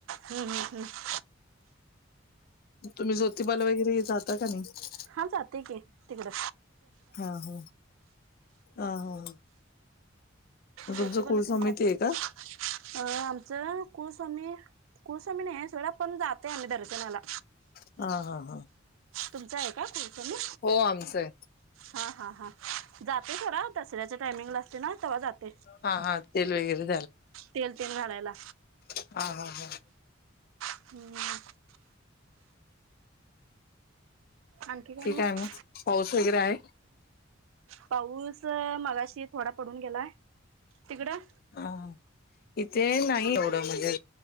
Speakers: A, on the right (about 85°); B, on the left (about 50°).
A: हम् हम् हम
B: तुम्ही जोतिबाल वगैरे हे जाता का नाही
A: हा जाते की तिकड
B: हा हा हा हा. मग
A: ज्योतिबाला
B: तुमच कुळ
A: तेन
B: समिती
A: जाते.
B: आहे का
A: अ आमचं कुळस्वामी कुळस्वामी नाही सगडं पण जाते आम्ही दर होला.
B: हा हा हां
A: तुमच आहे का तुमचं मी
B: आमचं आहे.
A: हा हा हा जाते खरा दसऱ्याच टायमिंग ला असते ना तेव्हा जाते.
B: हा हा तेल वगैरे
A: तेल तेल घालायला
B: ह हा हा.
A: हमम. आणखी काय
B: ठीक
A: मग?
B: आहे पाऊस वगैरे आहे?
A: पाऊस मगाशी थोडा पडून गेलाय तिकडं
B: हा इथे नाही एवढं म्हणजे